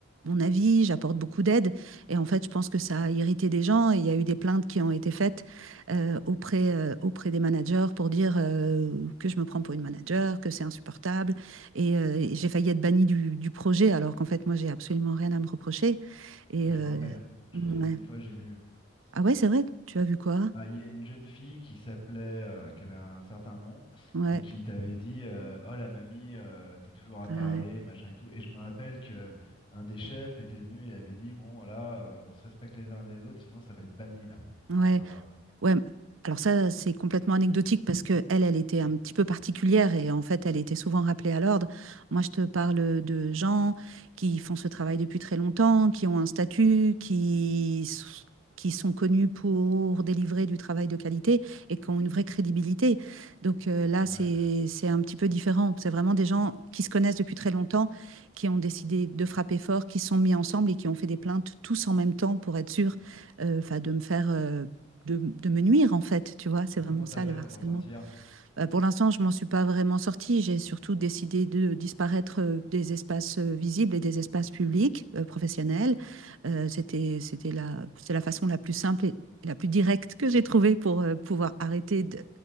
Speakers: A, on the right; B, on the left.
A: mon avis, j'apporte beaucoup d'aide. Et en fait, je pense que ça a irrité des gens et il y a eu des plaintes qui ont été faites euh, auprès, euh, auprès des managers pour dire euh, que je me prends pour une manager, que c'est insupportable. Et, euh, et j'ai failli être bannie du, du projet alors qu'en fait, moi, j'ai absolument rien à me reprocher. Et
B: Mais je
A: euh,
B: me rappelle, j'ai-
A: ouais.
B: il y a une fois j'ai vu.
A: Ah ouais, c'est vrai, tu as vu quoi?
B: Ah, il y a une jeune fille qui s'appelait, euh, qui avait un certain nom,
A: Ouais.
B: et qui t'avait dit euh, Oh la mamie, euh, t'es toujours à parler,
A: Ah ouais.
B: machin et tout. Et je me rappelle que un des chefs était venu et avait dit Bon, voilà, euh, on se respecte les uns des autres, sinon ça va être banni là.
A: Ouais.
B: Enfin voilà.
A: Ouais, m- alors ça, c'est complètement anecdotique parce que elle, elle était un petit peu particulière et en fait, elle était souvent rappelée à l'ordre. Moi, je te parle de gens qui font ce travail depuis très longtemps, qui ont un statut, qui, s- qui sont connus pour délivrer du travail de qualité et qui ont une vraie crédibilité. Donc euh, là,
B: Ah
A: c'est,
B: ouais.
A: c'est un petit peu différent. C'est vraiment des gens qui se connaissent depuis très longtemps, qui ont décidé de frapper fort, qui se sont mis ensemble et qui ont fait des plaintes tous en même temps pour être sûrs, euh, enfin, de me faire... euh, de, de me nuire, en fait, tu vois, c'est
B: Et
A: vraiment
B: comment t'as
A: ça
B: fait
A: le harcèlement.
B: pour t'en sortir?
A: Euh, pour l'instant, je m'en suis pas vraiment sortie. J'ai surtout décidé de disparaître euh, des espaces euh, visibles et des espaces publics, euh, professionnels. Euh, c'était, c'était la, c'est la façon la plus simple et la plus directe que j'ai trouvée pour euh, pouvoir arrêter de,